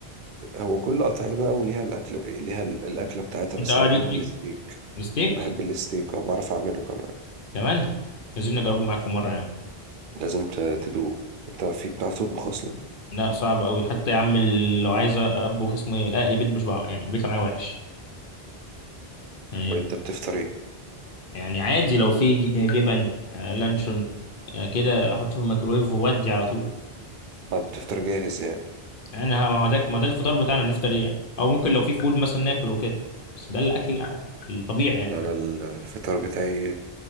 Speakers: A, on the right; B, on the left.
A: هو كل قطعية بقى وليها الاكل ليها ال- الاكلة بتاعتها
B: انت
A: بس
B: اه
A: انا
B: ليك
A: بحب
B: ليك
A: الستيك
B: ستيك
A: بحب الستيك وبعرف اعمله كمان
B: كمان عايزين نجربه معاك في مره يا عم
A: لازم ت- تدوقه انت في بتعرف تطبخ اصلا
B: لا صعب قوي حتى يا عم ال- لو عايز اطبخ اسمه ايه اقلي بيت بشبع يعني بيطلع معايا وحش يعني
A: امال انت بتفطر ايه
B: يعني عادي لو في ج- جبن آه لانشون آه كده احطه في الميكرويف وودي على طول
A: اه بتفطر جاهز يعني
B: يعني ها- ما هو ده ما ده الفطار بتاعنا نفطر ايه يعني او ممكن لو في فول مثلا ناكل وكده بس ده الاكل الطبيعي يعني
A: لا، انا ال- الفطار بتاعي